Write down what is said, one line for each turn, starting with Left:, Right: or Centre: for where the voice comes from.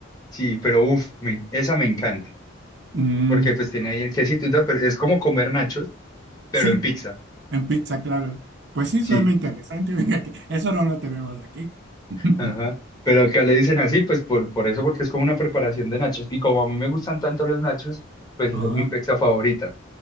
Left: Sí, pero uff, esa me encanta.
Right: Mm,
Left: Porque pues tiene
Right: ok.
Left: ahí el quesito y tal, pero es como comer nachos, pero
Right: Sí,
Left: en pizza.
Right: En pizza, claro. Pues sí,
Left: Sí.
Right: suena interesante, <laughs> fíjate. Eso no lo tenemos aquí. <laughs>
Left: Ajá. Pero acá le dicen así, pues por, por eso, porque es como una preparación de nachos. Y como a mí me gustan tanto los nachos, pues esa
Right: Ajá,
Left: es mi pizza favorita.